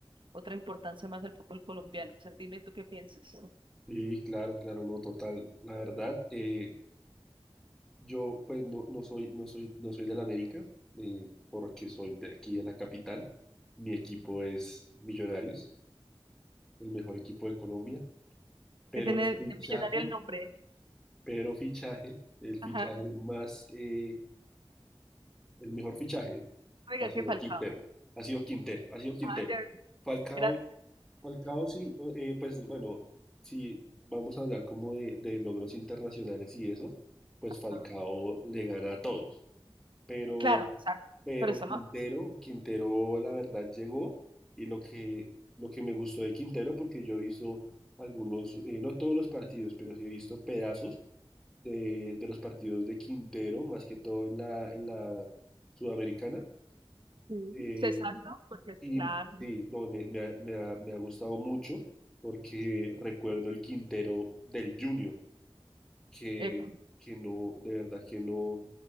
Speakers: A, on the right; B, in the centre.
A: otra importancia más al fútbol colombiano. O sea, dime tú qué piensas.
B: Sí, claro, claro, no, total. La verdad, eh, yo pues no, no soy, no soy, no soy del América, eh, porque soy de aquí de la capital. Mi equipo es Millonarios, el mejor equipo de Colombia. Pero
A: Que tiene
B: el fichaje,
A: de millonario el nombre.
B: pero fichaje, el fichaje
A: Ajá,
B: más eh, El mejor fichaje
A: oiga,
B: ha sido
A: que Falcao.
B: Quintero, ha sido Quintero, ha sido Quintero.
A: Ah, ya,
B: Falcao,
A: gracias.
B: Falcao sí, o- eh, pues bueno, si vamos a hablar como de, de logros internacionales y eso, pues
A: <laughs>
B: Falcao le gana a todos. Pero,
A: Claro, exacto.
B: pero
A: Pero estamos,
B: Quintero, Quintero, la verdad llegó y lo que, lo que me gustó de Quintero, porque yo he visto algunos, eh, no todos los partidos, pero sí he visto pedazos de, de los partidos de Quintero, más que todo en la, en la Sudamericana.
A: Mm.
B: Eh,
A: Exacto, porque es
B: y
A: claro,
B: sí, no, me, me ha, me ha- me ha gustado mucho porque recuerdo el Quintero del Junior que,
A: epa,
B: que no, de verdad que no,